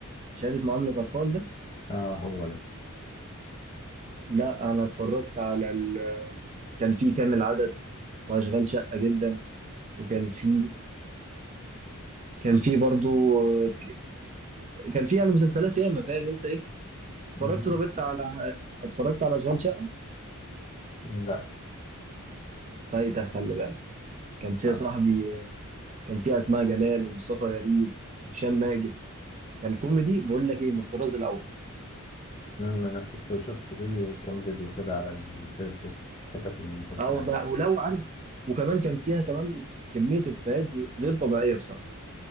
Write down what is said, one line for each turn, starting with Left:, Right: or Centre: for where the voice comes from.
Right: شهاده معامله اطفال ده؟
Left: اه هو ده
Right: لا انا اتفرجت على ال... كان في كامل عدد واشغال شقه جدا وكان في كان في برضو آه، كان في يعني مسلسلات ياما فاهم انت ايه؟ اتفرجت
Left: مهم.
Right: طب انت على اتفرجت على اشغال شقه؟
Left: لا
Right: فايتك خلي بالك. كان فيها
Left: آه.
Right: صاحبي كان فيها اسماء جلال ومصطفى غريب وهشام ماجد كان كوميدي بقول لك ايه من الطراز الاول
Left: مم، انا كنت شفت ليه كام فيديو كده على الفيسبوك حتت من المسلسل
Right: اه والله
Left: يعني
Right: ولو عارف وكمان كان فيها كمان كميه افيهات غير طبيعيه بصراحه